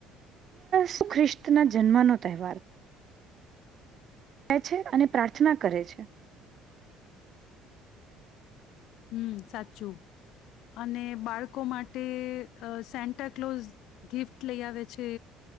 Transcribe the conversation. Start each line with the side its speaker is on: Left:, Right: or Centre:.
Right: સુ ખ્રિસ્ત ના જન્મનો તહેવાર છે અને પ્રાર્થના કરે છે.
Left: હમ સાચું, અને બાળકો માટે સેન્ટા કલોઝ ગિફ્ટ લઈ આવે છે,